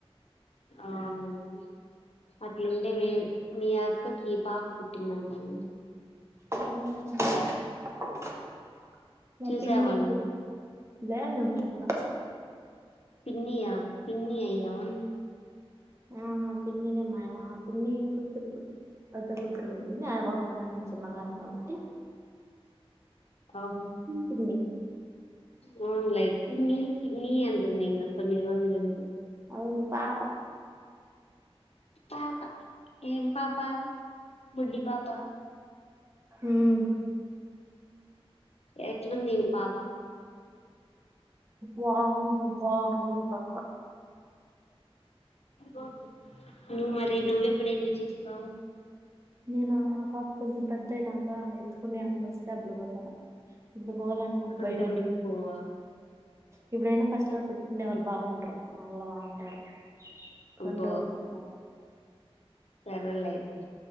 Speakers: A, on the left (about 85°); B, on the right (about 25°).
A: అవ్ అట్లుంటే మేలు మీ అక్కకి పాప పుట్టిందంటనే
B: హ్మ్ మా
A: చూసావా
B: పిన్నికి
A: నువ్వు
B: పుట్టి నేన్ పోలా
A: పిన్ని ఆ పిన్ని అయ్యావానువ్
B: ఆ పిన్నినే మయ్య పిన్ని కూతురు పెద్ద కూతురు పుట్టింది ఆ పిన్నానా చిన్నదాన్ని కాబట్టి
A: ఓహో
B: పిన్ని
A: అవునులే పిన్ని పిన్ని అంటుంది ఇంగ కొన్ని రోజులయితె
B: అవును పాప
A: పాప ఏం పాప బుడ్డి పాప
B: ఉమ్
A: ఎట్లుంది పాప
B: బాగుంది బాగుంది పాప
A: మ్ మరి నువ్వ ఎప్పుడు వెళ్ళి చూస్తావు
B: నేను పాప కొంచెం పెద్దయినాక ఎత్తుకునే అంత వస్తే అప్పుడు పోతాను ఇప్పుడు పోవాలంటే నాకు
A: అంతవరకు
B: భయమే
A: పోవా
B: ఇప్పుడైనా ఫస్ట్లో పుట్టిండే వాళ్ళు బావుండారు మనళ అంటారు కొన్ని
A: అబ్బో
B: రోజుల తర్వాత
A: సరేలే అయితే